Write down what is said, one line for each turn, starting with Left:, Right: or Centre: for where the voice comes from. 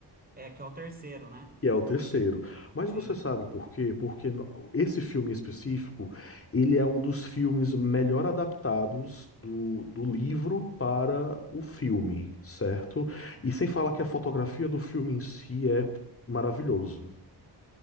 Right: É, que é o terceiro, né?
Left: Que é o terceiro. Mas
Right: Sim.
Left: você sabe por quê? Porque no- esse filme em específico, ele é um dos filmes melhor adaptados do, do livro para o filme, certo? E sem falar que a fotografia do filme em si é maravilhoso.